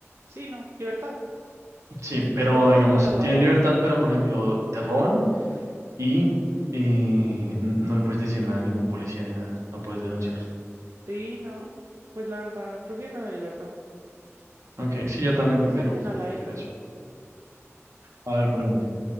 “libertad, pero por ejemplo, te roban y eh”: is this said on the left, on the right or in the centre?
Right